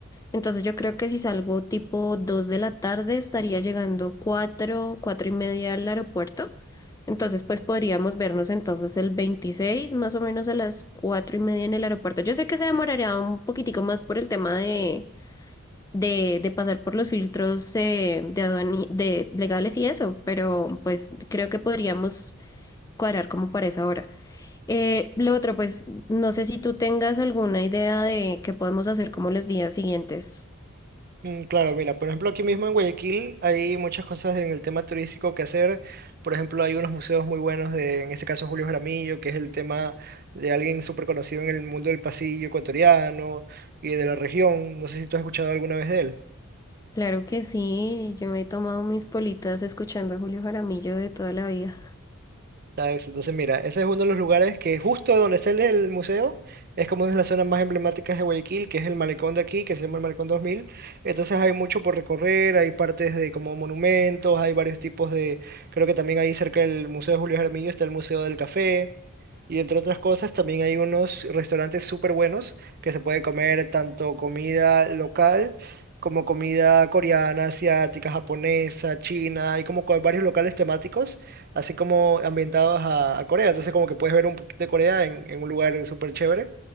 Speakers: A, on the left; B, on the right.
A: Entonces yo creo que si salgo tipo 2 de la tarde estaría llegando 4, 4 y media al aeropuerto. Entonces pues podríamos vernos entonces el 26 más o menos a las 4 y media en el aeropuerto. Yo sé que se demoraría un poquitico más por el tema de, de, de pasar por los filtros eh, de aduani- de legales y eso, pero pues creo que podríamos cuadrar como para esa hora. Eh, lo otro pues no sé si tú tengas alguna idea de qué podemos hacer como los días siguientes.
B: Mm, Claro, mira, por ejemplo, aquí mismo en Guayaquil hay muchas cosas en el tema turístico que hacer. Por ejemplo, hay unos museos muy buenos de, en este caso, Julio Jaramillo, que es el tema de alguien súper conocido en el mundo del pasillo ecuatoriano y de la región. No sé si tú has escuchado alguna vez de él.
A: Claro que sí, yo me he tomado mis politas escuchando a Julio Jaramillo de toda la vida.
B: Ah, ex- Entonces, mira, ese es uno de los lugares que justo donde está el, el museo, es como una de las zonas más emblemáticas de Guayaquil, que es el malecón de aquí, que se llama el Malecón 2000. Entonces hay mucho por recorrer, hay partes de como monumentos, hay varios tipos de, creo que también ahí cerca del Museo de Julio Jaramillo está el Museo del Café. Y entre otras cosas, también hay unos restaurantes súper buenos que se puede comer tanto comida local como comida coreana, asiática, japonesa, china. Hay como que varios locales temáticos, así como ambientados a, a Corea. Entonces como que puedes ver un poquito de Corea en, en un lugar súper chévere,